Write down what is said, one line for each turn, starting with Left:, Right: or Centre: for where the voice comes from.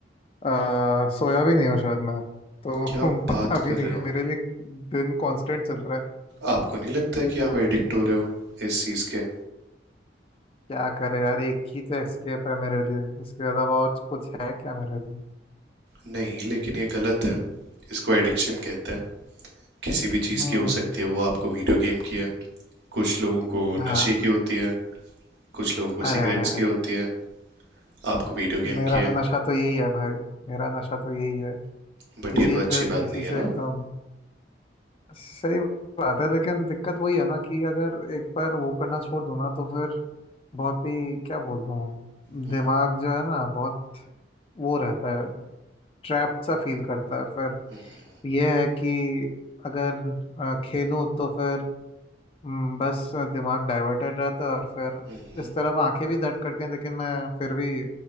Left: आ, सोया भी नहीं हूँ शायद मैं तो
Right: क्या
Left: <laughs>
Right: बात
Left: पता भी
Right: कर
Left: नहीं
Right: रहे
Left: है
Right: हो
Left: मेरे लिए दिन कांस्टेंट चल रहा है
Right: आपको नहीं लगता है कि आप एडिक्ट हो रहे हो इस चीज के
Left: क्या करे यार एक ही तो एस्केप है मेरे लिए इसके अलावा और कुछ है क्या मेरे लिए
Right: नहीं लेकिन ये गलत है इसको एडिक्शन कहते हैं किसी भी चीज
Left: हाँ
Right: की हो सकती है वो आपको वीडियो गेम की है कुछ लोगों को
Left: हाँ
Right: नशे की होती है कुछ लोगों को
Left: अरे
Right: सिगरेट्स
Left: अरे अरे
Right: की होती है आपको वीडियो गेम
Left: मेरा
Right: की है
Left: नशा तो यही है भाई मेरा नशा तो यही है
Right: बट
Left: इसी
Right: ये तो अच्छी
Left: पे
Right: बात
Left: इसी
Right: नहीं है
Left: से एकदम
Right: ना
Left: सही बात है लेकिन दिक्कत वही है ना कि अगर एक बार वो करना छोड़ दूँ ना तो फिर बहुत ही क्या बोल रहा हूँ
Right: हम्म,
Left: दिमाग जो है ना बहुत वो रहता है ट्रैप सा फील करता है फिर
Right: हम्म।
Left: ये है कि अगर अ, खेलूं तो फिर हम्म, बस दिमाग डाइवर्टेड रहता है और फिर
Right: हम्म
Left: इस तरफ आंखें भी दर्द करती हैं लेकिन मैं फिर भी